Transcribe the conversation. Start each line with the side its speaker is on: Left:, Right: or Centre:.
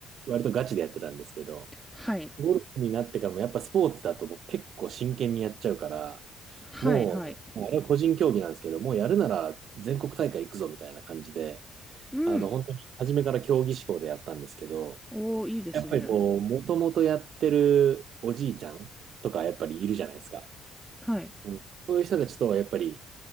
Right: 割とガチでやってたんですけど、
Centre: はい。
Right: ゴルフになってからもやっぱスポーツだと僕結構真剣にやっちゃうから、
Centre: はい、
Right: もう、
Centre: はい。
Right: あれは個人競技なんですけど、もうやるなら全国大会行くぞみたいな感じで、
Centre: うん。
Right: あの、本当に初めから競技志向でやったんですけど、
Centre: おー、いいですね。
Right: やっぱりこう、もともとやってるおじいちゃんとかやっぱりいるじゃないですか。
Centre: はい。
Right: うんそういう人たちとはやっぱり